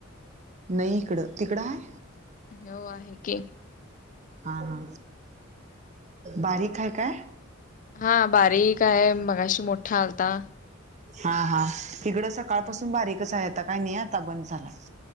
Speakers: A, on the right; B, on the left.
A: नाही इकडं. तिकडं हाय?
B: हो, आहे की,
A: हा हा, बारीक हाय काय.
B: हा, बारीक आहे मगाशी मोठा आलता.
A: हा हा, हिकडं सकाळ
B: हम्म
A: पाासून बारीकच आहे. आता काय नाही आता बंद झालाय.